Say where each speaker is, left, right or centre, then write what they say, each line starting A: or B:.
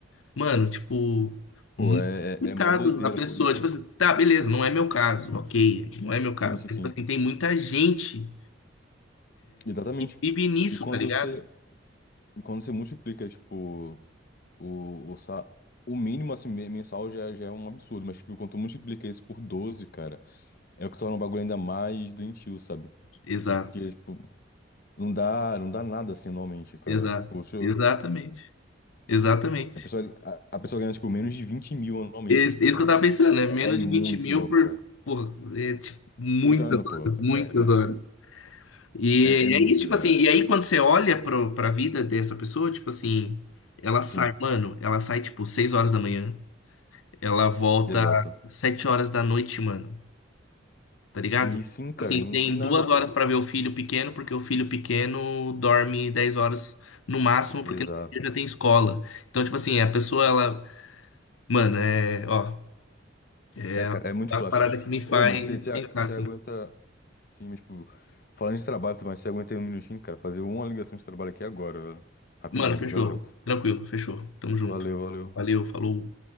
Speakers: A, on the left; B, on the left.
A: Mano, tipo,
B: Pó,
A: muito
B: Pô, é,
A: complicado
B: é, é mó doideira,
A: a pessoa.
B: pô. E co-
A: Tipo assim, tá, beleza, não é meu caso, ok, não é meu
B: sim,
A: caso.
B: sim,
A: Mas,
B: sim.
A: tipo assim, tem muita gente
B: Exatamente.
A: que vive nisso,
B: E quando
A: tá ligado?
B: você, e quando você multiplica, tipo, o, o, sa- o mínimo assim, me- mensal já, já é um absurdo, mas tipo, quando tu multiplica isso por 12 cara, é o que torna o bagulho ainda mais doentio, sabe?
A: Exato,
B: Tipo, porque, tipo, não dá, não dá nada assim anualmente, cara.
A: exato,
B: Tipo, se eu-
A: exatamente, exatamente.
B: a pessoa, a, a pessoa ganha, tipo, menos de vinte mil anualmente,
A: Isso,
B: tá
A: isso
B: ligado?
A: que eu tava pensando, né?
B: É,
A: Menos
B: é muito
A: de 20 mil
B: louco,
A: por,
B: cara.
A: por é, tipo, muitas
B: Por ano, pô.
A: horas, muitas
B: É,
A: horas. E
B: é, é muito
A: é isso,
B: bizarro.
A: tipo assim,
B: É.
A: e aí quando você olha pro, pra vida dessa pessoa, tipo assim, ela sai,
B: Sim,
A: mano, ela sai, tipo, 6 horas da manhã. Ela volta
B: exato.
A: sete horas da noite, mano. Tá ligado?
B: E sim, cara,
A: Assim,
B: e não
A: tem
B: tem nada,
A: duas
B: pô.
A: horas pra ver o filho pequeno, porque o filho pequeno dorme 10 horas no máximo,
B: Exato.
A: porque no dia já tem escola. Então, tipo assim, a pessoa, ela. Mano, é. Ó. É
B: É, cara, é muito
A: uma
B: clássico.
A: parada que me faz
B: Ô, mas você você-
A: pensar
B: você
A: assim.
B: aguenta. Sim, mas, tipo, falando de trabalho, mas você aguenta aí um minutinho, cara, fazer uma ligação de trabalho aqui agora, velho. Rapidão,
A: Mano, fechou.
B: já volto.
A: Tranquilo, fechou. Tamo junto.
B: Valeu, valeu.
A: Valeu, falou.